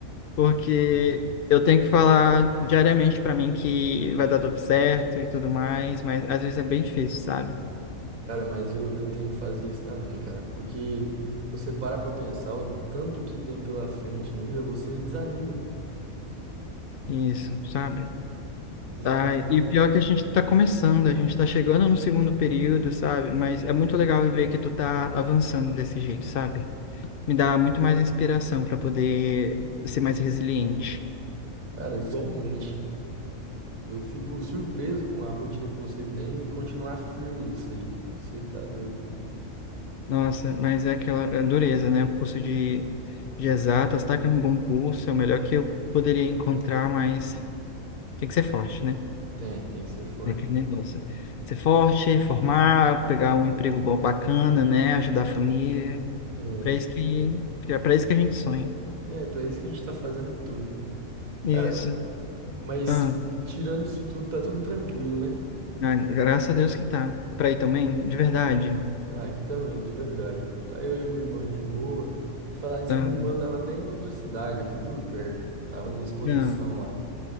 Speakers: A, on the left (about 60°); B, on the right (about 80°).
A: Porque eu tenho que falar diariamente pra mim que vai dar tudo certo e tudo mais, mas às vezes é bem difícil, sabe?
B: Cara, mas eu, eu tenho que fazer isso também, cara, porque você para pra pensar o tanto que tem pela frente ainda, você desanima,
A: Isso, sabe?
B: desanima.
A: Ah, e pior é que a gente tá começando, a gente tá chegando no segundo período, sabe? Mas é muito legal ver que tu tá avançando desse jeito, sabe? Me dá muito mais inspiração pra poder ser mais resiliente.
B: Cara, igualmente. Eu fico surpreso com a rotina que você tem e continuar firme nisso aí. Você tá doido.
A: Nossa, mas é aquela é dureza, né? O curso de, de exatas, tá? Que é um bom curso, é o melhor que eu poderia encontrar, mas tem que ser forte, né?
B: Tem, tem que ser forte.
A: É aquele negócio. Ser forte, formar, pegar um emprego bom, bacana, né? Ajudar a família.
B: É,
A: Pra isso que, que- pra isso que a gente sonha.
B: é pra isso que a gente tá fazendo tudo.
A: Isso.
B: Cara, mas
A: Ah,
B: tirando isso tudo, tá tudo tranquilo, né?
A: ah, graças a Deus que tá. Pra ir também, de verdade.
B: Ah, aqui também, de verdade. Tá eu e a minha irmã de boa. E falar nisso,
A: Ah,
B: a minha irmã tava até em outra cidade, aqui por perto. Tava numa exposição
A: ah.
B: lá.